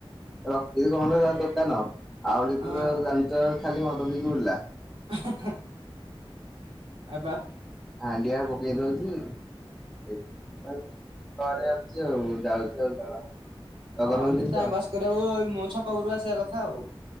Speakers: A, in the centre; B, on the right.
A: ରଖଚି କଣ ଦୋକାନ ଆଉଳି ତ
B: ହଁ
A: ଜାଣିଚ ଖାଲି ମଦ ପିଇକି ବୁଲିଲା।
B: <inaudible> ଆପ
A: ହାଣ୍ଡିଆ ପକେଇ ଦଉଚି <unintelligible> ଘରେ ଅଛି ଆଉ ଯାଉଚି ଆଉ <unintelligible> ଟଗରଙ୍କୁ
B: ହଁ ଏମତି
A: ଚିହ୍ନିଛ?
B: ଟାଇମ୍ ପାସ୍ କରିବାକୁ ଛକ କୁ ପଳେଇ ଚିଆ କଥା ଆଉ